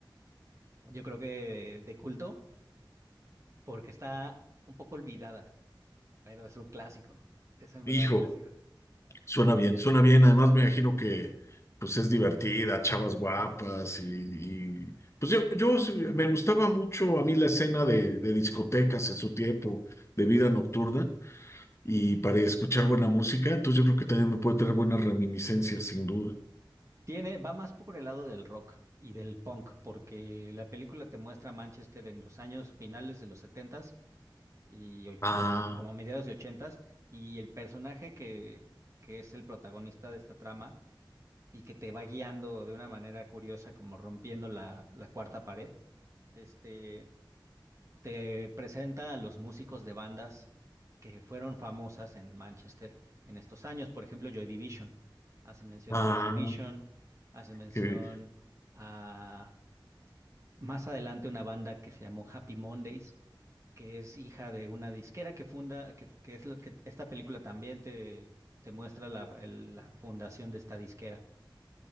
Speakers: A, on the right; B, on the left.
A: yo creo que de culto, porque está un poco olvidada, pero es un clásico. Es en verdad
B: Hijo,
A: un clásico.
B: suena bien, suena bien. Además me imagino que pues es divertida, chavas guapas y, y- pues yo, yo sí- me gustaba mucho a mí la escena de, de discotecas en su tiempo, de vida nocturna y para escuchar buena música, entonces yo creo que también me puede tener buenas reminiscencias, sin duda.
A: Tiene, va más por el lado del rock y del punk, porque la película te muestra Manchester en los años finales de los setentas y, och-
B: Ah,
A: y como mediados de ochentas y el personaje que, que es el protagonista de esta trama y que te va guiando de una manera curiosa, como rompiendo la, la cuarta pared. Este, te presenta a los músicos de bandas que fueron famosas en Manchester en estos años. Por ejemplo, Joy Division. Hace mención
B: ah,
A: a Joy Division, hace mención
B: qué
A: a más adelante una banda que se llamó Happy Mondays, que es hija de una disquera que funda, que, que es la- que esta película también te, te muestra la, el- la fundación de esta disquera.